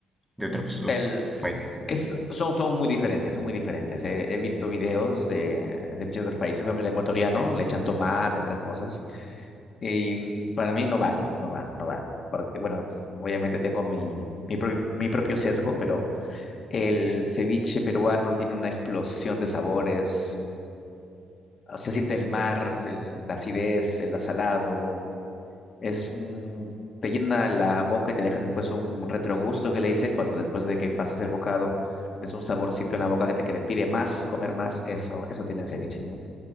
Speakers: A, in the centre; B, on the left.
A: de otros otros
B: El,
A: países.
B: es, son, son muy diferentes, son muy diferentes. He, he visto videos de ceviche de otros países, por ejemplo, el ecuatoriano, le echan tomate, otras cosas. Y mm, para mí no va, no, no va, no va. Porque, bueno, obviamente tengo mi, mi, pro- mi propio sesgo, pero El ceviche peruano tiene una explosión de sabores. Se siente el mar, el- la acidez, el asalado. Es un- te llena la boca y te deja después un retrogusto que le dicen cuando después de que pasas el bocado, es un saborcito en la boca que te, que te pide más, comer más. Eso, eso tiene el ceviche, ¿no?